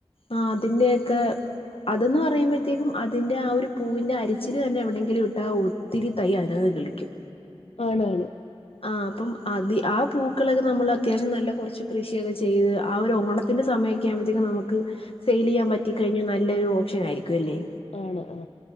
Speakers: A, on the left; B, on the left.
A: ആ അതിന്റെയക്കെ അത് ന്ന് പറയുമ്പഴത്തേക്കും അതിന്റെ ആ ഒരു പൂവിന്റെ അരിച്ചില് തന്നെ എവിടെങ്കിലും ഇട്ടാവോ ഇത്തിരി തൈ <unintelligible> കിളിക്കും.
B: ആണാണ്
A: ആ അപ്പം അതി ആ പൂക്കളക്കെ നമ്മള് അത്യാവശ്യം നല്ല കൊറച്ച് കൃഷിയക്കെ ചെയ്ത് ആ ഒരു ഓണ ത്തിന്റെ സമയൊക്കെ ആകുമ്പത്തേക്കും നമുക്ക് സെയിൽ ചെയ്യാൻ പറ്റി കഴിഞ്ഞാൽ നല്ലൊരു ഓപ്ഷൻ ആയിരിക്കും. അല്ലേ?
B: ആണോ ആ